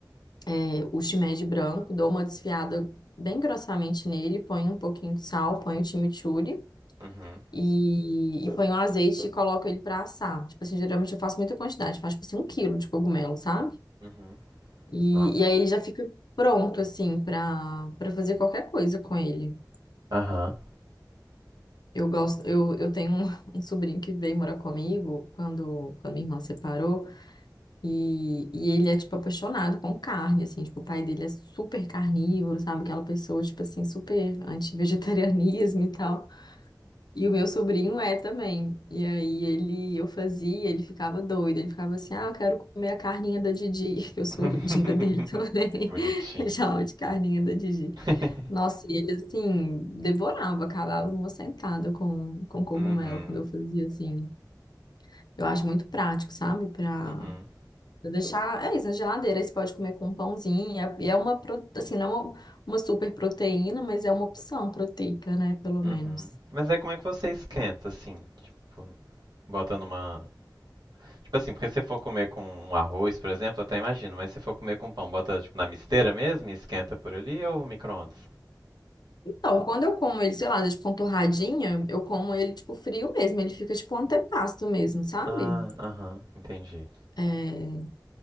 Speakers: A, on the left; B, on the right.
A: é, o shimeji branco, dou uma desfiada bem grossamente nele, ponho um pouquinho de sal, ponho o chimichurri.
B: uhum,
A: E, e ponho azeite e coloco ele pra assar. Tipo assim, geralmente eu faço muita quantidade, faço tipo assim um quilo de cogumelo, sabe?
B: uhum.
A: E,
B: Nossa.
A: e aí ele já fica pronto, assim, pra, pra fazer qualquer coisa com ele.
B: Aham.
A: Eu gosto, eu, eu tenho um, <laughs> um sobrinho que veio morar comigo quando, quando minha irmã separou, e, e ele é, tipo, apaixonado com carne, assim, tipo, o pai dele é super carnívoro, sabe? Aquela pessoa, tipo assim, super anti-vegetarianismo e tal. E o meu sobrinho é também. E aí ele, eu fazia, ele ficava doido. Ele ficava assim, ah, eu quero comer a carninha da Didi, <laughs> que eu sou
B: <laughs>
A: <laughs> dinda dele também.
B: que bonitinho.
A: <laughs> Ele chamava de carninha da Didi.
B: <laughs>
A: Nossa, e ele assim, devorava, acabava numa sentada com, com cogumelo
B: Uhum,
A: quando eu fazia assim. Eu acho muito prático, sabe? Pra,
B: uhum,
A: pra deixar. É isso, na geladeira. aí Você pode comer com um pãozinho. É- E é uma, pro- assim, não é uma, uma super proteína, mas é uma opção proteica, né? Pelo
B: uhum.
A: menos.
B: Mas aí como é que você esquenta, assim? Tipo, bota numa. Tipo assim, porque se você for comer com um arroz, por exemplo, eu até imagino, mas se for comer com pão, bota tipo na misteira mesmo e esquenta por ali ou micro-ondas?
A: Então, quando eu como ele, sei lá, tipo, com torradinha, eu como ele, tipo, frio mesmo. Ele fica, tipo, um antepasto mesmo, sabe?
B: Ah, aham, entendi.
A: É,